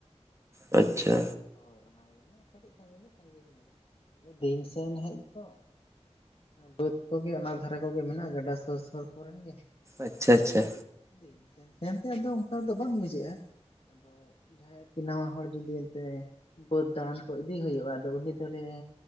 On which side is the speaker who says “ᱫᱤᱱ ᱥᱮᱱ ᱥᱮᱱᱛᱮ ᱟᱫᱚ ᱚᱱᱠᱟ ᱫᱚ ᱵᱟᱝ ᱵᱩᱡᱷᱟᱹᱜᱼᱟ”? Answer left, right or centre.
Left